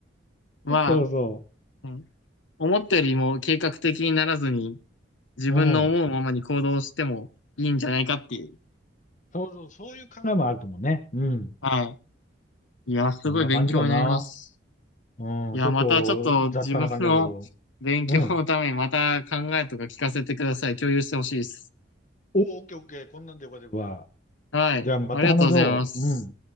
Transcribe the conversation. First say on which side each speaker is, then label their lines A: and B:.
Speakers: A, on the left; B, on the left.
A: は、
B: そうそ
A: うん思ったよりも計画的にならずに、自分の思うままに行動してもいいんじゃないかっていう。
B: う。うん。そうそう、そういう考えもあると思うね。うん。
A: はい。いや、すごい勉強になります。
B: そんな感じかな。うん。
A: いや、
B: ちょっと雑多な感じだけど。
A: またちょっと自分の勉強のためにまた考えとか聞かせてください。
B: うん。
A: 共有してほしいです。
B: おお、オッケーオッケー。こんなんでよければ。
A: はい。
B: じゃあまた話そう。
A: ありがとうございます。
B: うん。